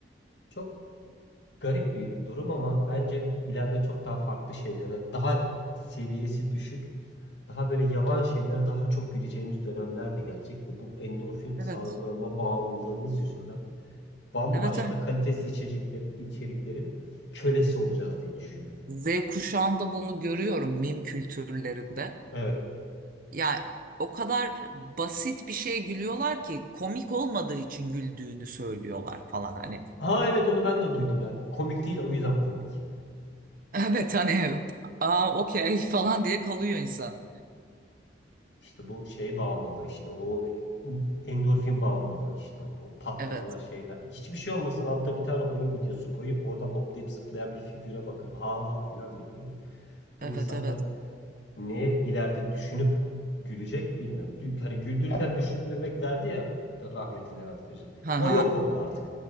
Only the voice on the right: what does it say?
Evet.
Evet evet.
Z kuşağında bunu görüyorum mim kültürlerinde.
Yani o kadar basit bir şeye gülüyorlar ki komik olmadığı için güldüğünü söylüyorlar falan hani. <laughs>
Evet hani aa okey falan diye kalıyor insan.
Evet.
Evet
evet.
Ha
ha.